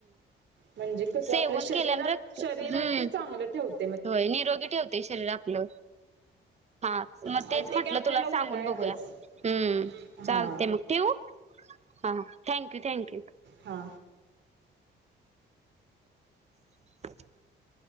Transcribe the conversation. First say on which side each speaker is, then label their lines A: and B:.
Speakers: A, on the right (about 65°); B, on the right (about 35°).
A: म्हणजे कस
B: सेवन
A: आपल्या शरीरात
B: केल्यान रक्त
A: शरीरात
B: हम्म
A: ते चांगलं ठेवत.
B: होय निरोगी ठेवते शरीर आपलं. हा. मग
A: आणि
B: तेच म्हटलं
A: ते काय आपल्याला
B: तुला
A: उन्हाळ्यातच
B: सांगून बघूया. हम्
A: हा
B: चालते मग ठेवू? हा. Thank you thank you.
A: हा.
B: <inaudible>